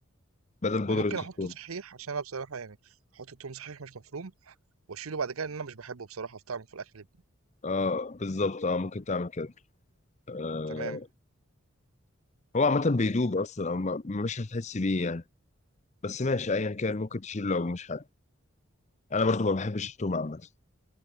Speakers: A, on the left; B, on the right.
A: بدل بودرة
B: انا ممكن
A: الثوم
B: احطه صحيح عشان انا بصراحه يعني احط التوم صحيح مش مفروم واشيله بعد كده لان انا مش بحبه بصراحه في طعمه في الاكل
A: اه بالظبط اه ممكن تعمل كده آه
B: تمام
A: هو عامة بيدوب أصلا أو ما- مش هتحس بيه يعني بس ماشي أيا كان ممكن تشيل لو مش حابب أنا برضو ما بحبش الثوم عامة